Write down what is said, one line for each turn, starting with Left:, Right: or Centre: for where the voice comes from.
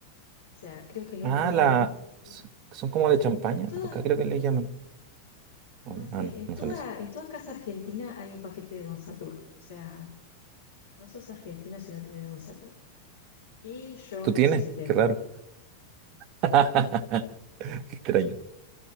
Left: O sea, creo que no-
Right: Ah,
Left: ni
Right: la...
Left: en en-
Right: s- Son como de champaña,
Left: en todo,
Right: acá creo que le llaman.
Left: No
Right: O-
Left: sé,
Right: Ah, no,
Left: en
Right: no
Left: toda,
Right: son esas.
Left: en toda casa argentina hay un paquete de Don Satur. O sea, no sos argentino si no tenés Don Satur. Y yo
Right: ¿Tú
Left: no
Right: tienes?
Left: sé si tengo.
Right: Qué raro. <laughs> Qué extraño.